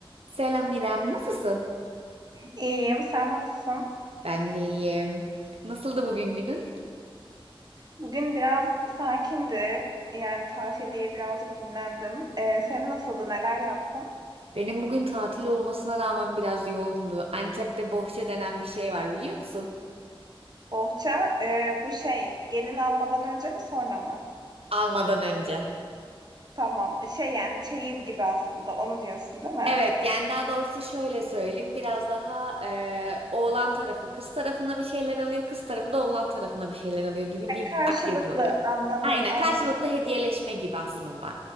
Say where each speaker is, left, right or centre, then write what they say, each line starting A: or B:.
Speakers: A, on the right (about 85°); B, on the right (about 45°).
A: Selam İrem, nasılsın?
B: İyiyim, sen nasılsın?
A: Ben de iyiyim. Nasıldı bugün günün?
B: Bugün biraz sakindi. Yani tatil diye birazcık dinlendim. Ee, senin nasıldı, neler yaptın?
A: Benim bugün tatil olmasına rağmen biraz yoğundu. Antep'te bohça denen bir şey var biliyor musun?
B: Bohça, e, bu şey gelin almadan önce mi sonra mı?
A: Almadan önce.
B: Tamam, şey yani çeyiz gibi aslında onu diyorsun değil mi?
A: Evet, yani daha doğrusu şöyle söyleyeyim. Biraz daha eee, oğlan tarafı kız tarafına bir şeyler alıyor, kız tarafı da oğlan tarafına bir şeyler alıyor gibi bir
B: Karşılıklı
A: aktivite oluyor.
B: anladım,
A: Aynen,
B: anladım.
A: karşılıklı hediyeleşme gibi aslında.